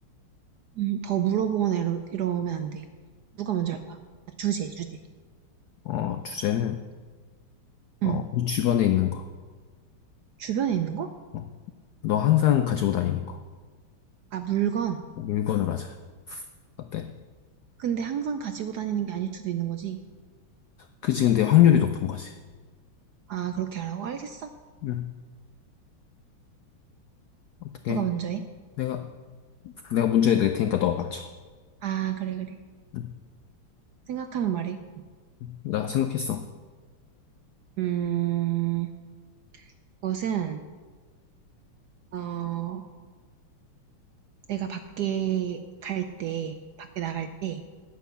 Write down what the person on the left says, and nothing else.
어, 주제는, 어,
우리 주변에 있는 거.
어, 너 항상 가지고 다니는 거.
어, 물건으로 하자. 어때?
그치, 근데 확률이 높은 거지.
응. 어떻게?
내가, 내가 문제 낼 테니까 너가 맞춰.
응.
나 생각했어.